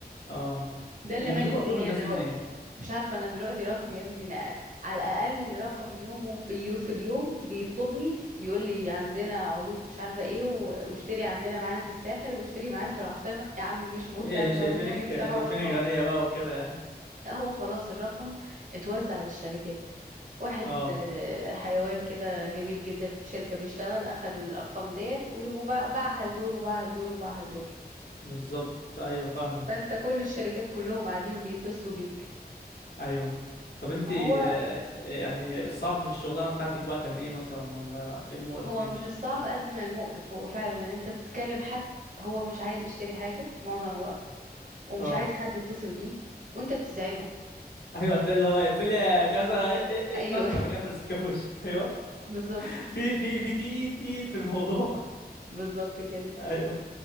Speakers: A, on the left (about 75°); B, on the right (about 50°).
A: اه
B: ده اللي
A: هما
B: مالي
A: بيجيبوا
B: الدنيا
A: ارقام الناس
B: دلوقتي
A: دي منين
B: مش عارفة أنا دلوقتي رقم يا ابني أنا على الأقل رقم يومه في يو في اليوم بيطلبني بيقول لي عندنا عروض مش عارفة إيه و- واشتري عندنا معانا في الساحل واشتري معانا في العاصمة يا عم مش مهتمة
A: ايه شايفينك
B: والنبي امسحوا
A: شايفينك
B: رقم
A: غنية بقى وكده يعني
B: لا هو خلاص الرقم اتوزع للشركات واحد
A: اه
B: آه، حيوان كده جميل جدا في شركة بيشتغل أخد الأرقام ديت وباعها لدول وباعها لدول وباعها لدول
A: بالظبط ايوه فاهمك
B: فأنت كل الشركات كلهم قاعدين بيتصلوا بيك
A: ايوه طب انت
B: هو
A: يعني الصعب في الشغلانة بتاعتك بقى كان ايه مثلا ولا ايه المقرف
B: هو
A: فيه
B: مش الصعب قد ما المقرف هو فعلا ان انت بتكلم حد هو مش عايز يشتري حاجة معظم الوقت ومش
A: اه
B: عايز حد يتصل بيه وانت بتزعجه
A: <laughs> ايوه هتلاقي اللي هو اقفل يا كذا إيه إيه إيه
B: ايوه
A: طخ راح جاي قافل السكة في وشك <laughs> ايوه
B: <laughs> بالظبط
A: في في في تيت تيت في الموضوع
B: بالظبط كده
A: <laughs> ايوه